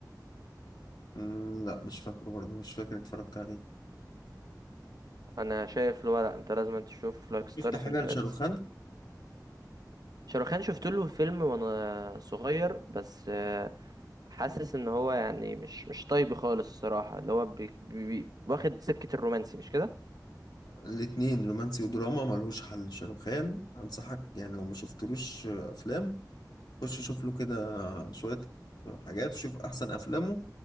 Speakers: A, on the left; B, on the right.
A: مم، لا مش فاكره برضه مش فاكر اتفرجت عليه
B: انا شايف اللي هو لا انت لازم تشوف لايك ستارز
A: شفت حاجة
B: اون
A: لشاروخان
B: ايرث شاروخان شفت له فيلم وانا صغير بس آه، حاسس ان هو يعني مش مش طيب خالص الصراحه اللي هو بي بي واخد سكه الرومانسي مش كده
A: الاتنين رومانسي ودراما ملهوش حل شاروخان انصحك يعني لو ما شفتلوش افلام خش شوف له كده شوية حاجات وشوف احسن افلامه